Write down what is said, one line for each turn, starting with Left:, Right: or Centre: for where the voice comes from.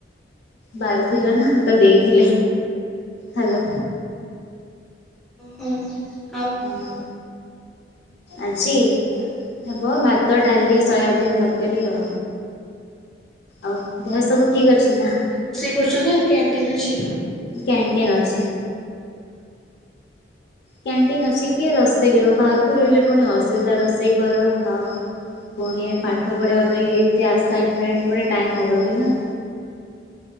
Left: ବାର ଥିଲ ନା ତ ଦେଇଥିଲେ ହଲ
Centre: ହଁ ହୁଁ
Left: ହଁ ଆଜି ହେବ ଭାତ ଡାଲି ସୋୟାବିନ୍ ତରକାରୀ ଆଉ ଆଉ ଦେହ ସବୁ ଠିକ୍ ଅଛି ନା?
Centre: କରୁଛନ୍ତି କ୍ୟାଣ୍ଟିନ୍ ଅଛି।
Left: କ୍ୟାଣ୍ଟନ୍ ଅଛି। କ୍ୟାଣ୍ଟିନ୍ ଅଛି କିଏ ରୋଷେଇ କରିବ ବାହାରକୁ ରହିଲେ ପୁଣି ଅସୁବିଧା ରୋଷେଇ କର ଖାଅ ଫୁଣି ପାଠ ପଢ଼ିବା ପାଇଁ ଏତେ ଆସାଇନମେଣ୍ଟ ପୁଣି ଟାଇମ୍ ହବନି ନା।